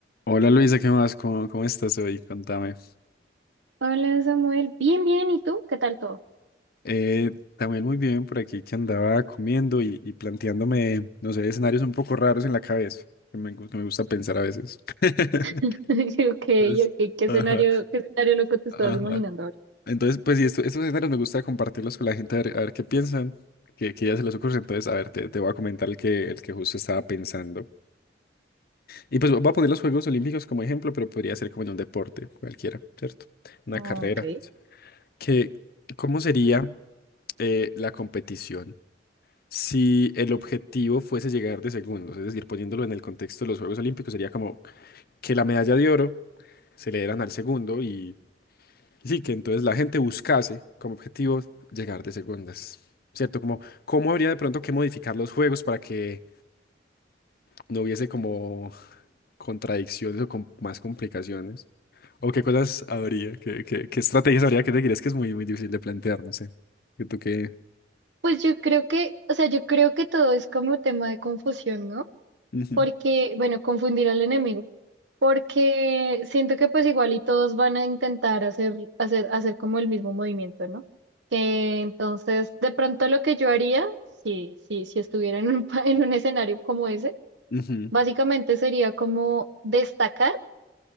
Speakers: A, on the left; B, on the right.
A: Hola Luisa, ¿qué más? ¿Cómo, cómo estás hoy? Contame.
B: Hola Samuel, bien, bien, ¿y tú? ¿Qué tal todo?
A: Eh, también muy bien por aquí que andaba comiendo y, y planteándome, no sé, escenarios un poco raros en la cabeza, que me, gu- que me gusta pensar a veces. <laughs>
B: <laughs> Yo, Ok,
A: Entonces,
B: ok, ¿qué escenario,
A: ajá,
B: qué escenario loco te
A: ajá.
B: estabas imaginando ahora?
A: Entonces, pues, y esto- estos escenarios me gusta compartirlos con la gente a ver, a ver qué piensan, qué, qué ya se les ocurre. Entonces, a ver, te, te voy a comentar el que, el que justo estaba pensando. Y pues voy a poner los Juegos Olímpicos como ejemplo, pero podría ser como en un deporte cualquiera, ¿cierto? Una
B: Ah,
A: carrera.
B: Ok.
A: Que, ¿cómo sería? eh, la competición. Si el objetivo fuese llegar de segundos, es decir, poniéndolo en el contexto de los Juegos Olímpicos, sería como que la medalla de oro se le dieran al segundo y, y sí, que entonces la gente buscase como objetivo llegar de segundas, ¿cierto? Como, ¿cómo habría de pronto que modificar los juegos para que no hubiese como contradicciones o con más complicaciones? ¿O qué cosas habría? ¿Qué, qué- qué estrategias habría que seguir? Es que es muy, muy difícil de plantear, no sé. ¿Tú qué?
B: Pues yo creo que, o sea, yo creo que todo es como tema de confusión, ¿no?
A: Ujú.
B: Porque, bueno, confundir al enemigo, porque siento que pues igual y todos van a intentar hacer, hacer, hacer como el mismo movimiento, ¿no? Que entonces, de pronto lo que yo haría, si, si, si estuviera en un, pa- <laughs> en un escenario como ese,
A: Ujú,
B: básicamente sería como destacar